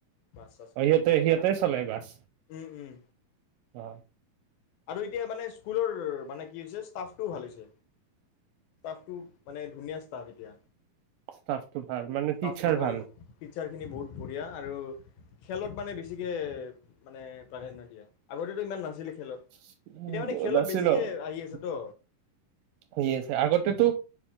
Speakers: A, on the left; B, on the right.
A: বাছ চাচ
B: অ
A: আছে
B: সিহঁতে
A: এতিয়া।
B: সিহঁতে চলাই বাছ
A: উম-উম।
B: অ
A: আৰু এতিয়া মানে স্কুলৰ, মানে কি হৈছে টাফটোও ভাল হৈছে। টাফটো মানে ধুনীয়া ষ্টাফ এতিয়া।
B: ষ্টাফটো ভাল মানে
A: ষ্টফটো
B: টিচাৰ
A: ভাল,
B: উ
A: টিচাৰ খিনি বহুত বঢ়িয়া। আৰু খেলত মানে বেছিকে মানে প্ৰাধান্য দিয়া, আগতেটো ইমান নাছিলে।
B: <unintelligible>
A: খেলত এতিয়া মানে খেলত বেছিকে আহি আছেতো
B: হেৰি আছে, আগতেটো